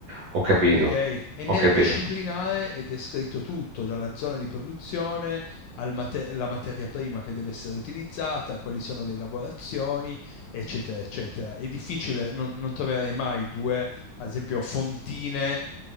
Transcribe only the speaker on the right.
ho capito,
ho
capito,